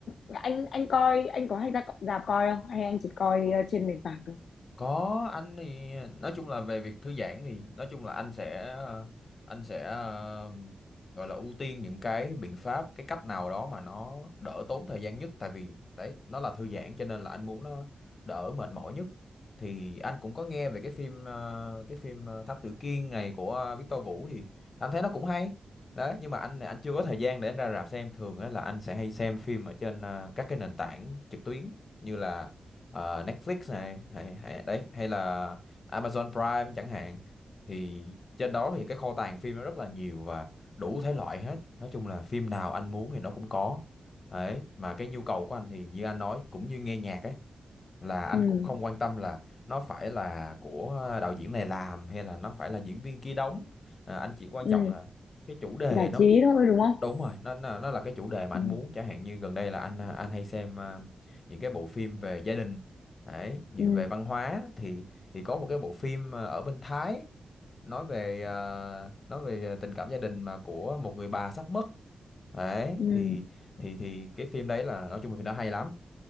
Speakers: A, on the left; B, on the left.
A: Anh- anh coi anh có hay ra rạp coi không hay anh chỉ coi ờ, trên nền tảng thôi
B: có anh thì nói chung là về việc thư giãn thì nói chung là anh sẽ ờ, anh sẽ ờ, gọi là ưu tiên những cái biện pháp cái cách nào đó mà nó đỡ tốn thời gian nhất tại vì đấy nó là thư giãn cho nên là anh muốn nó đỡ mệt mỏi nhất thì anh cũng có nghe về cái phim ờ, cái phim ờ, Thám Tử Kiên này của ờ, Victor Vũ thì anh thấy nó cũng hay đấy nhưng mà anh anh chưa có thời gian để anh ra rạp xem thường á là anh sẽ hay xem phim ở trên ờ, các cái nền tảng trực tuyến như là ờ, Netflix này hay, hay đấy hay là Amazon Prime chẳng hạn thì trên đó thì cái kho tàng phim nó rất là nhiều và đủ thể loại hết nói chung là phim nào anh muốn thì nó cũng có đấy mà cái nhu cầu của anh thì như anh nói cũng như nghe nhạc ấy là anh
A: ừ
B: cũng không quan tâm là nó phải là của đạo diễn này làm hay là nó phải là diễn viên kia đóng à, anh chỉ quan
A: ừ
B: trọng là cái chủ đề
A: giải
B: nó
A: trí thôi đúng không
B: đúng rồi nó nó nó là cái chủ đề mà
A: ừ
B: anh muốn chẳng hạn như gần đây là anh à, anh hay xem à, những cái bộ phim về gia đình đấy như
A: ừ
B: về văn hóa thì thì có một cái bộ phim à, ở bên Thái nói về à, nói về à, tình cảm gia đình mà của một người bà sắp mất đấy
A: ừ
B: thì thì thì cái phim đấy là nói chung là phim đó hay lắm